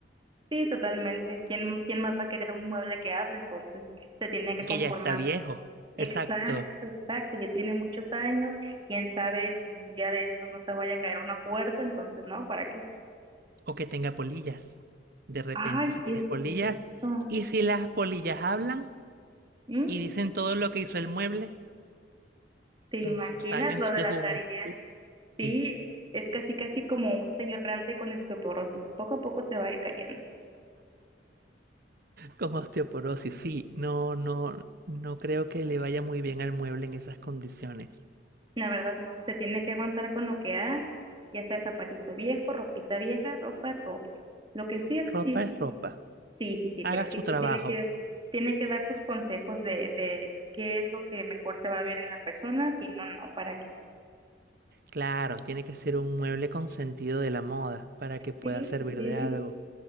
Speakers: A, on the right (about 25°); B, on the right (about 55°).
A: Sí, totalmente. ¿Quién, quién más va a querer un mueble que hable? Entonces, se tiene que
B: Y
A: conformar.
B: que ya está viejo, exacto,
A: Exacto, exacto, ya tiene muchos años, quién sabe si un día de estos no se vaya a caer una puerta, entonces no, ¿para qué?
B: o que tenga polillas. De repente
A: Ay, sí
B: si tiene
A: es
B: polillas,
A: cierto.
B: y si las polillas hablan
A: ¿Mm?
B: y dicen todo lo que hizo el mueble
A: ¿Te
B: en
A: imaginas
B: sus años
A: lo de
B: de
A: la
B: juventud,
A: tarea?
B: sí,
A: Sí, es casi casi como un señor grande con osteoporosis, poco a poco se va a ir cayendo.
B: como osteoporosis, sí, no, no, no creo que le vaya muy bien al mueble en esas condiciones.
A: La verdad no, se tiene que aguantar con lo que hay, ya sea zapatito viejo, ropita vieja, ropa, ropa. Lo que sí es que
B: Ropa
A: sí,
B: es ropa.
A: Sí, sí, sí,
B: Haga
A: pero sí,
B: su trabajo.
A: sí tiene que, tiene que dar sus consejos de, de qué es lo que mejor se va a ver en la persona, si no, no, para qué.
B: Claro, tiene que ser un mueble con sentido de la moda para que pueda
A: Sí,
B: servir
A: sí, sí,
B: de algo.